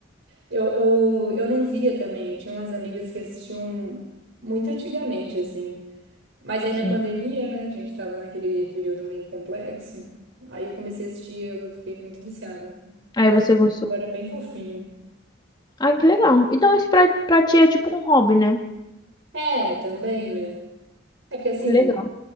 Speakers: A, on the right; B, on the left.
A: Eu, eu, eu não via também, eu tinha umas amigas que assistiam muito antigamente, assim. Mas aí
B: Sim.
A: na pandemia, né? A gente tava naquele período meio complexo. Aí eu comecei a assistir, eu, eu fiquei muito viciada. Eu
B: Aí
A: tô
B: você
A: assistindo
B: gostou.
A: agora bem fofinho.
B: Ah, que legal. Então, isso pra, pra ti é tipo um hobby, né?
A: É, também, né? É porque assim.
B: Que legal.